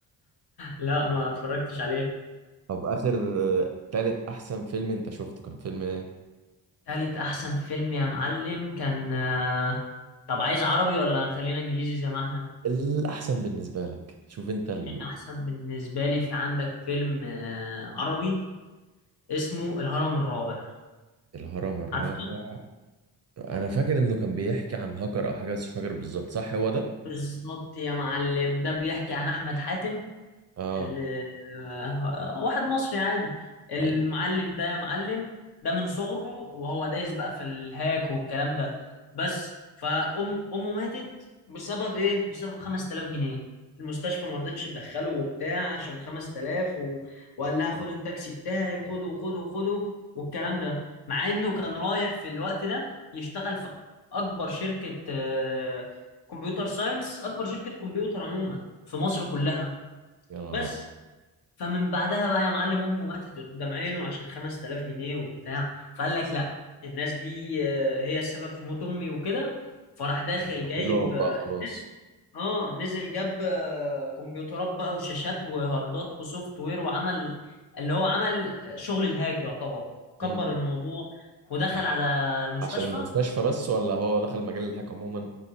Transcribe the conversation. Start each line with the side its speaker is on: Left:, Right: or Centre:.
Left: لا ما اتفرجتش عليه
Right: طب اخر آه، تالت احسن فيلم انت شفته كان فيلم ايه
Left: تالت احسن فيلم يا معلم كان آه، طب عايز عربي ولا هنخلينا انجليزي زي ما احنا
Right: الاحسن بالنسبه لك شوف انت ال...
Left: الاحسن بالنسبه لي في عندك فيلم آه، عربي اسمه الهرم الرابع
Right: الهرم الرابع
Left: عارفه
Right: انا فاكر انه كان بيحكي عن هاكر او حاجه بس مش فاكر بالظبط صح هو ده
Left: بالظبط يا معلم ده بيحكي عن احمد حاتم
Right: اه
Left: ال- آه، واحد مصري عادي المعلم
Right: ايوه
Left: ده يا معلم ده من صغره وهو دايس بقى في الهاك والكلام ده بس فأم أمه ماتت بسبب إيه؟ بسبب 5000 جنيه المستشفى ما رضتش تدخله وبتاع عشان 5000 و... وقال لها خدوا التاكسي بتاعي وخدوا وخدوا وخدوا والكلام ده مع إنه كان رايح في الوقت ده يشتغل في أكبر شركة آه، كمبيوتر ساينس أكبر شركة كمبيوتر عموما في مصر كلها
Right: يا نهار
Left: بس
Right: ابيض
Left: فمن بعدها بقى يا معلم امه ماتت قدام عينه عشان 5000 جنيه وبتاع فقال لك لا الناس دي آه، هي السبب في موت امي وكده فراح داخل جايب
Right: كلهم
Left: آه،
Right: بقى خلاص
Left: نزل اه نزل جاب آه، كمبيوترات بقى وشاشات وهاردات وسوفت وير وعمل اللي هو عمل آه، شغل الهاك يعتبر كبر
Right: امم
Left: الموضوع ودخل على المستشفى
Right: عشان المستشفى بس ولا هو دخل مجال الهاك عموما